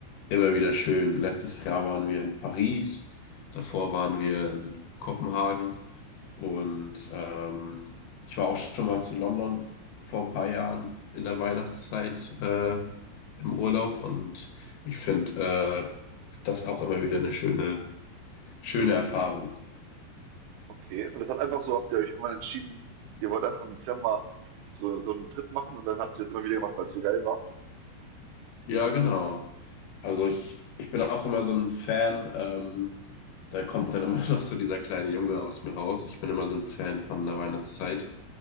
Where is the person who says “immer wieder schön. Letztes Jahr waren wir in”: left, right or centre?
Left